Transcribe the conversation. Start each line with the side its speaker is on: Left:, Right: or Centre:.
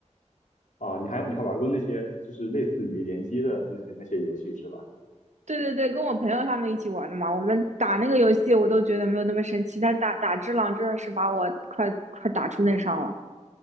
Left: 啊，你还有你还玩过那些就是类似于联机的那些那些游戏是吧？
Right: 对对对，跟我朋友他们一起玩的嘛，我们打那个游戏我都觉得没有那么神奇，但打打只狼真的是把我快快打出内伤了，